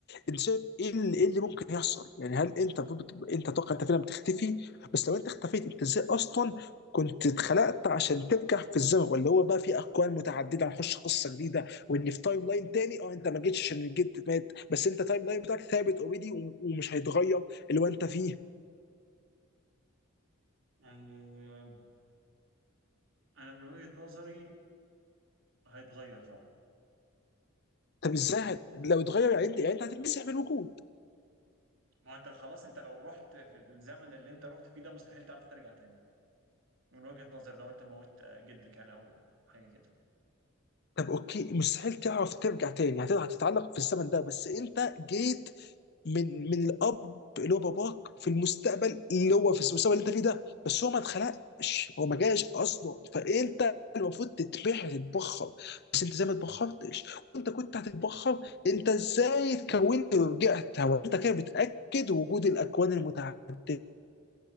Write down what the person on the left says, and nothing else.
انت شايف ايه اللي, إيه اللي ممكن يحصل؟ يعني هل انت المفروض بت- انت تتوقع انت فعلا بتختفي بس لو انت اختفيت انت ازاي اصلا كنت اتخلقت عشان ترجع في الزمن ولا هو بقى في اكوان متعدده هنخش قصه جديده وان في تايم لاين تاني اه انت ما جيتش عشان الجد مات بس انت تايم لاين بتاعك ثابت اوريدي ومش هيتغير اللي هو انت فيه
طب ازاي هت- لو اتغير يعني انت يعني انت هتتمسح من الوجود
طب اوكي مستحيل تعرف ترجع تاني هتقدر هتتعلق في الزمن ده بس انت جيت من من الاب اللي هو باباك في المستقبل اللي هو في المستقبل اللي انت فيه ده بس هو ما اتخلقش هو ما جاش اصلا فانت المفروض تتبحر تتبخر بس انت زي ما اتبخرتش وانت كنت هتتبخر انت ازاي اتكونت ورجعت هو انت كده بتاكد وجود الاكوان المتعدده